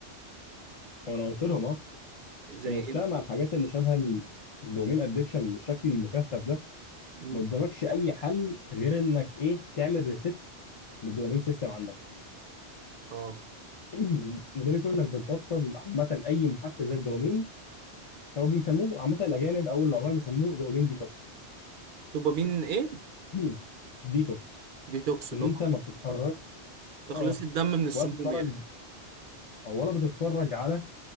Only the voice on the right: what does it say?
زي
ايه
مم.
اه
دوبامين ايه
ديتوكس اللي
هو
تخليص
الدم من السموم
يعني